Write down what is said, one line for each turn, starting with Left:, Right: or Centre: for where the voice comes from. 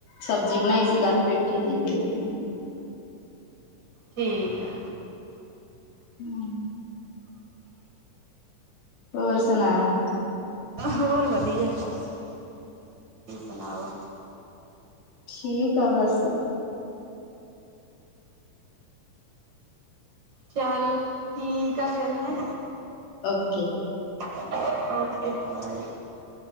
Left: ਸਬਜ਼ੀ ਬਣਾਈ ਸੀ। ਕੱਲ ਪੇਠੇ ਦੀ ਤੇ ਉਹਦੀ
Right: ਠੀਕ ਆ।
Left: ਹੂੰ। ਹੋਰ ਸੁਣਾ?
Right: ਹੋਰ ਵਧੀਆ, ਬਸ ਤੁਸੀਂ ਸੁਣਾਓ?
Left: ਠੀਕ ਆ ਬਸ।
Right: ਚੱਲ ਠੀਕ ਆ ਫੇਰ ਹੈਂ।
Left: ਓਕੇ।
Right: Okay, bye-